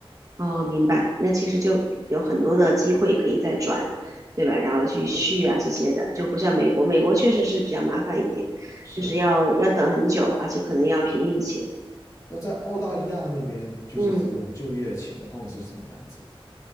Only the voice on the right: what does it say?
哦，明白。那其实就有很多的机会可以再转，对吧？然后去续啊这些的，
就不像美国，美国确实是比较麻烦一点，
就是要要等很久，而且可能要凭运气。
嗯。